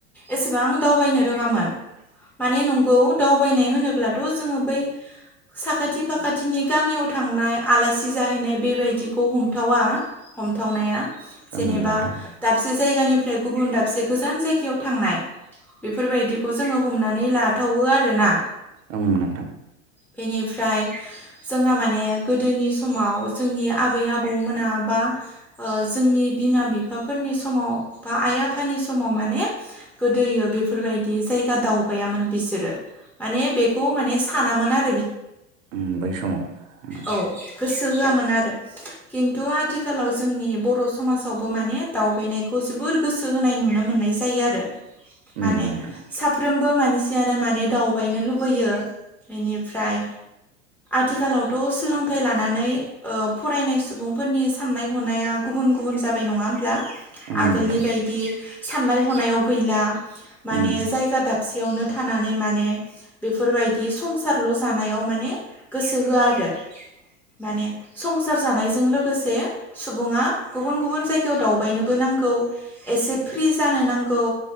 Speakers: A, in the centre; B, on the right.
A: एसेबां दावबायनो रोङामोन। माने नंगौ दावबायनाय होनोब्लाथ' जोङो बै साखाथि फाखाथिनि गामियाव थांनाय आलासि ज जाहैनाय बेबायदिखौ हमथावा हमथावनाया। जेनेबा
B: ओं नोंथां
A: दाबसे जायगानिफ्राय गुबुन दाबसे गोजान जायगायाव थांनाय। बेफोरबायदिखौ जोङो हमनानै लाथावो आरोना।
B: ओं नोंथां
A: बेनिफ्राय जोंहा माने गोदोनि समाव जोंनि आबै आबौ मोना बा ओ जोंनि बिमा बिफाफोर नि समाव बा आइ आफानि समाव माने गोदोयो बेफोरबायदि जायगा दावबायामोन। बिसोरो माने बेखौ माने सानामोन आर
B: उम बै समाव उम
A: औ गोसो होआमोन आरो खिन्थु आथिखालाव जोंनि बर' समाजावबो माने दावबायनायखौ जोबोर गोसो होनाय नुनो मोननाय जायो आरो। माने
B: ओम नोंथां
A: साफ्रोमबो माने सेयानो माने दावबायनो लुबैयो। बेनिफ्राय आथिखालावथ' सि सोलोंथाइ लानानै ओ फरायनाय सुबुंफोरनि साननाय हनाया गुबुन गुबुन जाबाय नङा होमब्ला?
B: ओं
A: आगोलनि
B: नोंथां
A: बायदि साननाय हनायाव गैला माने
B: ओम
A: जायगा दाब सेयावनो थानानै माने बेफोरबायदि संसारल' जानायाव माने गोसो होआ आरो। <inaudible> माने संसार जानायजों लोगोसे सुबुङा गुबुन गुबुन जायगायाव दावबायनोबो नांगौ। गौ एसे फ्रि जानो नांगौ।